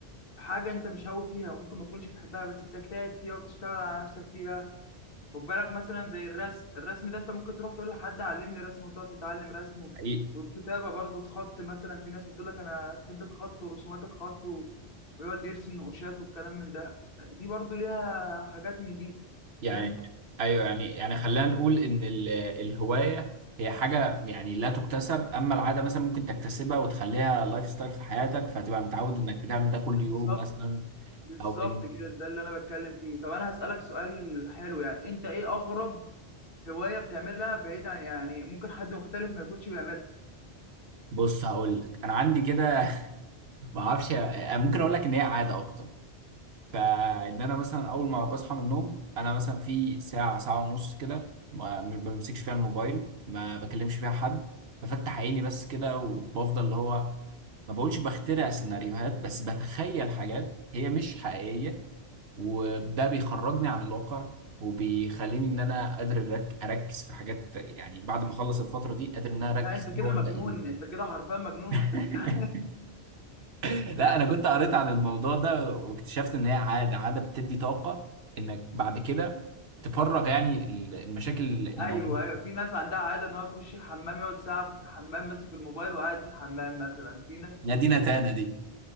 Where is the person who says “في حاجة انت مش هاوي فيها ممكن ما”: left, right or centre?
Left